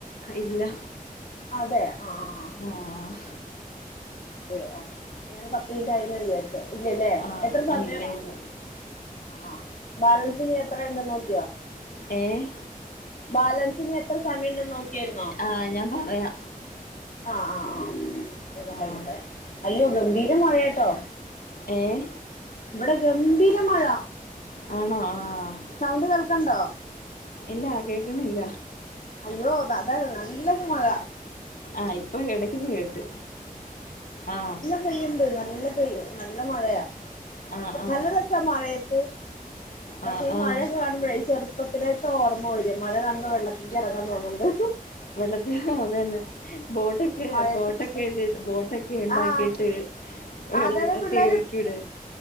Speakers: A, on the left (about 90°); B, on the left (about 60°).
A: ഇല്ല
B: അതെ ആഹ് ആഹ്
A: ആഹ്
B: ഏഹ് ആഹ് ഞാൻ പത്ത് മിനിറ്റായിന്ന് വിചാരിച്ചു ഇല്ലല്ലേ
A: ആഹ്
B: എത്ര സമയം
A: ഇല്ല ഇല്ല
B: ആഹ് ബാലൻസിനി എത്രയുണ്ട് നോക്കിയോ
A: ഏഹ്
B: ബാലൻസ് ഇനി എത്ര സമയിണ്ട്ന്ന് നോക്കിയാരുന്നോ
A: ആഹ് ഞാൻ പറയാം
B: ആഹ് ആഹ് ആഹ് ആയിക്കോട്ടെ
A: ആഹ്
B: ആയിക്കോട്ടെ അയ്യോ ഗംഭീര മഴ യാട്ടോ
A: ഏഹ്
B: ഇവിടെ ഗംഭീര മഴ
A: ആണോ ആഹ്
B: സൗണ്ട് കേൾക്ക്ണ്ടോ
A: ഇല്ല കേക്ക്ണില്ല
B: അയ്യോ അത് നല്ലൊരു മഴ
A: ആഹ് ഇപ്പൊ എടക്കൊന്ന് കേട്ട് ആഹ്
B: പെയ്യണ്ട് നല്ല പെയ്യ നല്ല മഴയാ
A: ആഹ് ആഹ്
B: നല്ല രസാ മഴയത്ത് പക്ഷേ
A: ആഹ്
B: ഈ
A: ആഹ്
B: മഴക്കെ കാണുമ്പഴേ ചെർ ചെർപ്പത്തിലേക്ക് ഓർമ്മ വര മഴ കാണുമ്പോ വെള്ളത്തിൽക്ക് എറങ്ങാൻ തോന്നണണ്ട്
A: വെള്ളത്തിൽക്ക് അതന്നെ ബോട്ടൊക്കെ
B: മഴയത്ത്
A: ബോട്ടൊക്കെ ബോട്ടൊ ഒക്കെണ്ടാക്കിയിട്ട്
B: ആഹ്
A: വെള്ളത്തി
B: അതതെ പിള്ളേര്
A: ഒഴുക്കി വിട